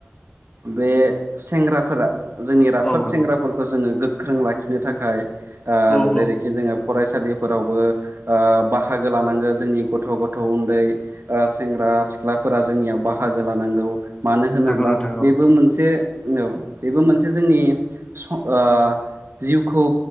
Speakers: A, on the right; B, on the left.
A: बे सेंग्राफोरा जोंनि राफोद
B: औ नंगौ
A: सेंग्राफोरखौ जोङो गोख्रों लाखिनो थाखाय
B: औ
A: जेरैखि
B: औ
A: जोङो फरायसालिफोरावबो बाहागो लानांगो जोंनि गथ' गथ' उन्दै सेंग्रा सिख्लाफोरा जोंनियाव बाहागो लानांगौ मानो होनोब्ला
B: नंगौ नोंथां
A: बेबो
B: औ
A: मोनसे औ बेबो मोनसे जोंनि स ओ जिउखौ